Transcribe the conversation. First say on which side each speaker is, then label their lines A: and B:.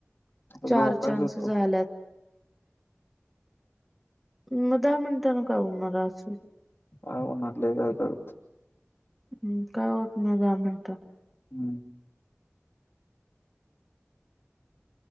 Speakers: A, on the left (about 60°); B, in the centre.
A: झोपायच
B: चार चान्स
A: होतं
B: झाल्यात. म दहा मिनटानं काय होणार हाय असं.
A: काय उनादलंय काय कळ
B: हम् काय होत नाही दहा मिनटा
A: हम्म